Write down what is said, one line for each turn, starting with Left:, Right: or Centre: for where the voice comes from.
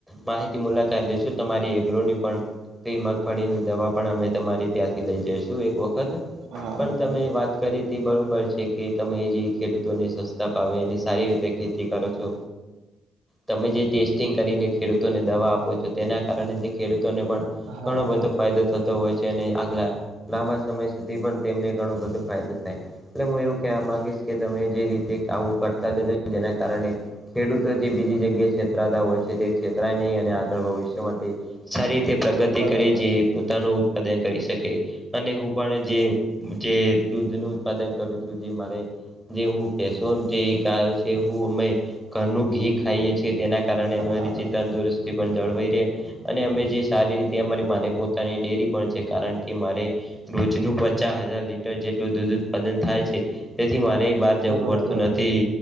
Centre: માહિતી મુલાકાત લઈશું તમારી એગ્રોની પણ. તે મગફળીની દવા પણ અમે તમારી ત્યાંથી લઈ જઈશું એક વખત.
Right: હા
Centre: પણ તમે વાત કરી તે બરોબર છે કે તમે જે ખેડૂત અને સસ્તા ભાવે અને સારી રીતે ખેતી કરો છો તમે જે ટેસ્ટિંગ કરીને ખેડૂતોને દવા આપો છો તેના કારણે જે ખેડૂતોને પણ
Right: હા
Centre: ઘણો બધો ફાયદો થતો હોય છે અને આગલા લાંબા સમય સુધી પણ તેમને ઘણો બધો ફાયદો થાય એટલે હું એવું કેવા માગીશ કે તમે જે રીતે આવું કરતા જ નથી જેના કારણે ખેડૂતો જે બીજી જગ્યાએ છેતરાતા હોય છે તે છેતરાય નહીં અને આગળ ભવિષ્યમાંથી, સારી રીતે પ્રગતિ
Right: બરોબર
Centre: કરી જે પોતાનું ઉત્પાદન કરી શકે. અને હું પણ જે જે દૂધનું ઉત્પાદન કરું છું જે મારે ગેહુ કેશોદ જે એક તા છે હું અમે ઘરનું ઘી ખાઈએ છીએ તેના કારણે અમે
Right: હા
Centre: રીતે તંદુરસ્ત હિતી પણ જળવાઈ રહે. અને અમે જે સારી રીતે અમારી માટે પોતાની ડેરી પણ છે. કારણ કે મારે રોજનું પચા હજાર લીટર જેટલું દૂધ ઉત્પાદન થાય છે, તેથી મારે બહાર જવું
Right: બરોબર
Centre: પડતું નથી.